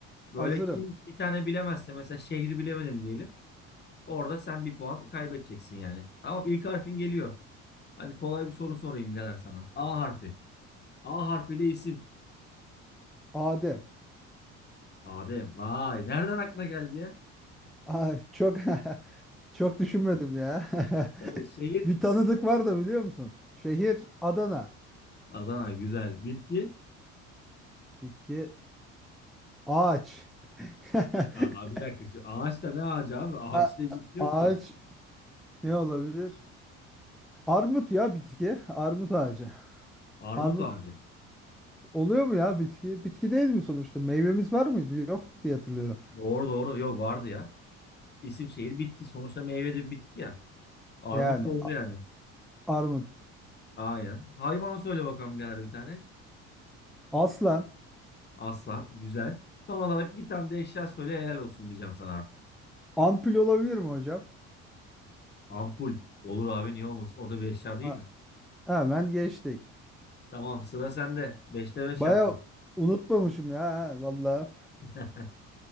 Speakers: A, on the left; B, in the centre.
A: Böyle
B: Hazırım.
A: kim bir tane bilemezse mesela şehri bilemedin diyelim. Orada sen bir puan kaybedeceksin yani. Tamam ilk harfin geliyor. Hadi kolay bir soru sorayım birader sana. A harfi. A harfiyle isim.
B: Adem.
A: Adem. Vay nereden aklına geldi ya?
B: Ay, çok <laughs> çok düşünmedim ya. <laughs>
A: Böyle şehir.
B: Bir tanıdık var da biliyor musun? Şehir Adana.
A: Adana güzel. Bitki.
B: Bitki ağaç. <laughs>
A: Aa, bir dakika şimdi. Ağaç ne ağacı abi? Ağaçta
B: A-
A: bitki yok
B: ağaç
A: ki.
B: ne olabilir? Armut ya bitki. Armut ağacı.
A: Armut
B: Armut
A: ağacı.
B: oluyor mu ya bitki? Bitki değil mi sonuçta? Meyvemiz var mıydı? Yoktu diye hatırlıyorum.
A: Doğru doğru. Yok vardı ya. İsim şehir bitki. Sonuçta meyve de bir bitki ya. Armut
B: Yani
A: da oldu
B: a-
A: yani.
B: armut.
A: Aynen. Hayvan söyle bakalım birader bir tane.
B: Aslan.
A: Aslan. Güzel. Son olarak bir tane de eşya söyle helal olsun diyeceğim sana artık.
B: Ampul olabilir mi hocam?
A: Ampul. Olur abi niye olmasın? O da bir eşya değil
B: Ha,
A: mi?
B: hemen geçtik.
A: Tamam sıra sende. Beşte beş
B: Baya
A: yaptın.
B: unutmamışım ya ha, vallahi.
A: <laughs>